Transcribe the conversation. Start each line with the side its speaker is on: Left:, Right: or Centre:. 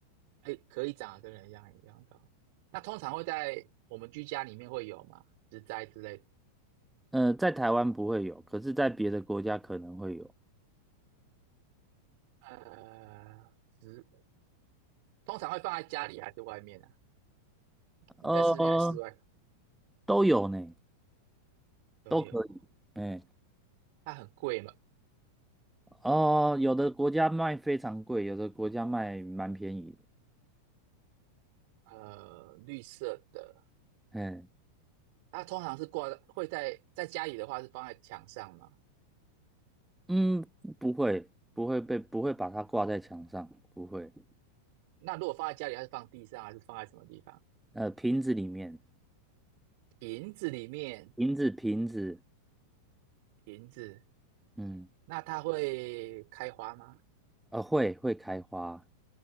Right: 哎，可以长得跟人一样一样高。那通常会在我们居家里面会有嘛，植栽之类的。
Centre: 呃，在台湾不会有，可是在别的国家可能会有，
Right: 呃，植通常会放在家里还是外面啊？你在室内还是室外？
Centre: 呃，都有呢，
Right: 都有。
Centre: 都可以，哎，
Right: 它很贵嘛，
Centre: 哦，有的国家卖非常贵，有的国家卖蛮便宜的，
Right: 呃，绿色的，
Centre: 哎，
Right: 它通常是挂在会在在家里的话是放在墙上嘛，
Centre: 嗯，不会，不会被，不会把它挂在墙上，不会。
Right: 那如果放在家里，它是放地上还是放在什么地方？
Centre: 呃，瓶子里面，
Right: 瓶子里面，
Centre: 瓶子，瓶子，
Right: 瓶子，
Centre: 嗯，
Right: 那它会开花吗？
Centre: 呃，会会开花，